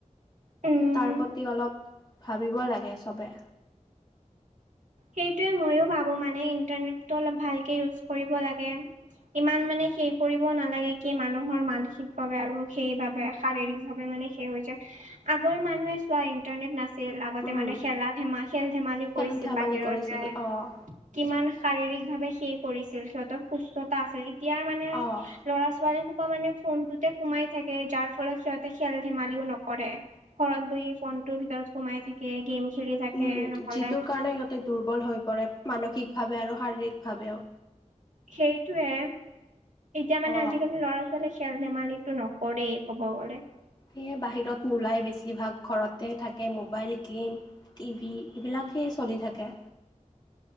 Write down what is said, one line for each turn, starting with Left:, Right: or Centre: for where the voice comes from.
Right: উম
Left: তাৰ প্ৰতি অলপ ভাবিব লাগে চবে।
Right: সেইটোৱে ময়ো ভাবো মানে ইন্টাৰনে অলপ ভালক কৰিব লাগে। ইমান মানে সে কৰিব নালাগে কি মানুহৰ মানসিকভাৱে আৰু সেইবাবে শাৰীৰিক ভাৱে মানে। হৈছে আগৰ মানুহে- চোৱা ইণ্টাৰনেট নাছিল আ লগতে
Left: উম
Right: মানুহে খেলা ধমা খেল ধেমালি
Left: খেল
Right: কৰিছিল
Left: ধেমালি
Right: বাকী ত বাহিৰত
Left: কৰিছিল
Right: যায়
Left: অ',
Right: কিমান শাৰীৰিক ভাৱে সেই কৰিছিল সিহঁতৰ সুস্থতা আছিল। এতিয়াৰ মানে
Left: অ',
Right: ল'ৰা ছোৱালী সোপা মানে ফোনটোতে সোমাই থাকে যাৰ ফলত সিহঁতে খেল ধেমালিও নকৰে। ঘৰত বহি ফোনটো ভিতৰত সোমাই থাকে গেম খেলি থাকে
Left: উম,
Right: নহলে।
Left: যিটোৰ কাৰণে সিহঁতে দুৰ্বল হৈ পৰে মানসিকভাৱে আৰু শাৰীৰিকভাৱেও
Right: সেইটোয়ে এতিয়া মানে
Left: অ',
Right: আজিকালি ল'ৰা ছ খেল ধেমালিটো নকৰেই ক'ব গ'লে।
Left: সেয়ে বাহিৰত নোলাই বেছিভাগ ঘৰতে থাকে মোবাইল গেম টিভি এইবিলাকেই চলি থাকে।